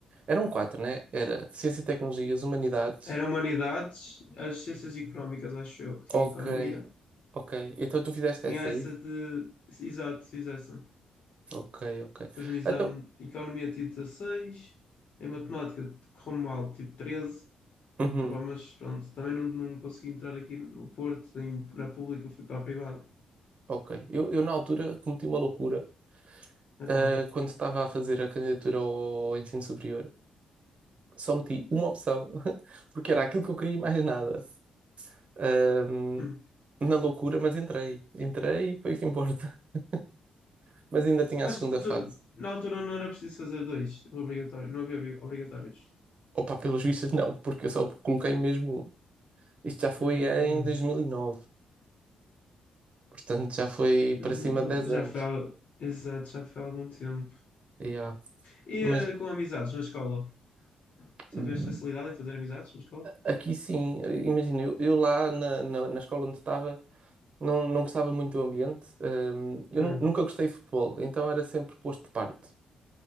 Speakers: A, on the right; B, on the left.
A: Eram quatro, né? Era Ciências e Tecnologias, Humanidades.
B: Era humanidades, as ciências económicas, acho eu, que tinha
A: Ok,
B: economia.
A: ok. Então tu fizeste
B: Tinha
A: essa
B: essa
A: aí?
B: de... Exato, fiz essa.
A: Ok, ok.
B: Depois no exame,
A: Então,
B: economia tive dezasseis Em matemática, correu mal, tive 13.
A: uhum,
B: Epá, mas pronto, também não, não consegui entrar aqui no Porto, em- na pública, fui para a privada.
A: ok. Eu, eu na altura cometi uma loucura.
B: Então.
A: ah, quando estava a fazer a candidatura ao ensino superior, só meti uma opção, <laughs> porque era aquilo que eu queria e mais nada. Ahm,
B: hum.
A: na loucura, mas entrei. Entrei e foi o que importa. <laughs> Mas ainda tinha
B: Mas
A: a segunda fase.
B: tu, na altura não era preciso fazer dois obrigatórios, não havia obri- obrigatórios.
A: Opa, pelos vistos, não, porque eu só coloquei mesmo. Isto já foi
B: Ah,
A: em 2009, portanto já foi
B: deixa-me
A: para cima
B: lá.
A: de 10
B: já
A: anos.
B: foi, há- exato, já foi há algum tempo.
A: E, ah,
B: E
A: Mas
B: ah, com amizades na escola? Você
A: hum,
B: tiveste facilidade em fazer amizades na escola?
A: aqui sim, imagina, eu, eu lá na, na, na escola onde estava. Não, não gostava muito do ambiente. hum, eu
B: Ah,
A: nu- nunca gostei de futebol, então era sempre posto de parte.